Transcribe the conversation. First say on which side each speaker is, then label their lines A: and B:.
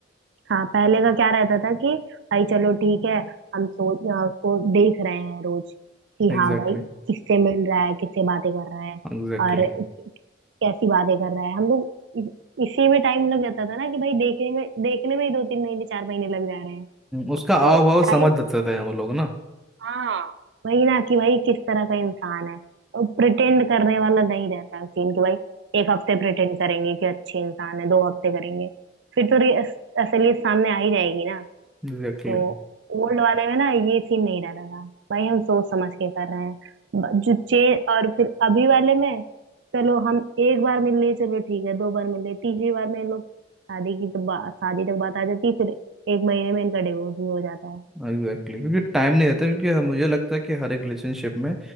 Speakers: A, on the right; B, in the centre.
A: हाँ पहले का क्या रहता था कि भाई चलो ठीक है हम सोच अ, उसको देख रहे हैं रोज कि
B: एग्जैक्टली
A: हाँ भाई किससे मिल रहा है किससे बातें कर रहा है
B: एग्जैक्टली
A: और कैसी बातें कर रहा है हम लोग इस- इसी में टाइम लग जाता था ना कि भाई देखने में देखने में ही दो तीन महीने चार महीने लग जा रहे हैं
B: उसका हाव
A: तो
B: भाव
A: टाइम
B: समझ सकते हैं हम लोग ना
A: हाँ वही ना कि भाई किस तरह का इंसान है और प्रिटेंड करने वाला नहीं रहता सीन कि भाई एक हफ्ते प्रिटेंड करेंगे कि अच्छे इंसान है दो हफ्ते करेंगे फिर तो रि- असलियत सामने आ ही जाएगी ना
B: एग्जैक्टली
A: तो ओल्ड वाले में ना ये सीन नहीं रहता था भाई हम सोच समझ के कर रहे हैं ब- जो चे और फिर अभी वाले में चलो हम एक बार मिल लिए चलो ठीक है दो बार मिल लिए तीसरी बार में इन लोग शादी की तो बा- शादी तक बात आ जाती फिर एक महीने में इनका डिवोर्स भी हो जाता है
B: Exactly exactly. क्योंकि टाइम नहीं रहता क्योंकि हम- मुझे लगता है कि हर एक रिलेशनशिप में